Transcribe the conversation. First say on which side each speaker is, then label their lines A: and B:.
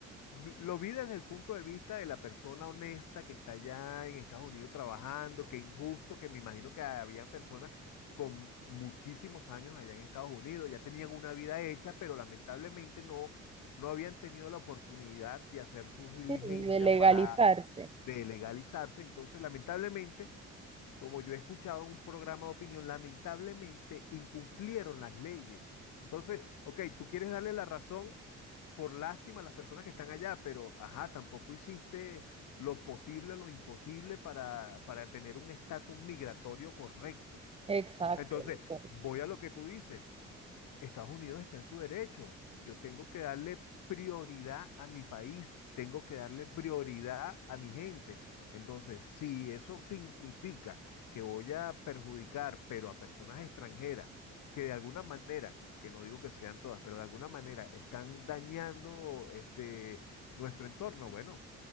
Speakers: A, on the left (about 80°); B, on the right (about 20°).
A: lo vi desde el punto de vista de la persona honesta que está allá en Estados Unidos trabajando, que injusto, que me imagino que había personas con muchísimos años allá en Estados Unidos, ya tenían una vida hecha, pero lamentablemente no, no habían tenido la oportunidad de hacer sus diligencias
B: Sí, de legalizarse.
A: para de legalizarse, entonces lamentablemente como yo he escuchado en un programa de opinión, lamentablemente incumplieron las leyes. Entonces, ok, tú quieres darle la razón por lástima a las personas que están allá, pero ajá, tampoco hiciste lo posible, lo imposible para, para tener un estatus migratorio correcto.
B: Exacto,
A: Entonces,
B: exacto.
A: voy a lo que tú dices. Estados Unidos está en su derecho. Yo tengo que darle prioridad a mi país, tengo que darle prioridad a mi gente. Entonces, si eso significa que voy a perjudicar, pero a personas extranjeras, que de alguna manera, que no digo que sean todas, pero de alguna manera están dañando este, nuestro entorno, bueno,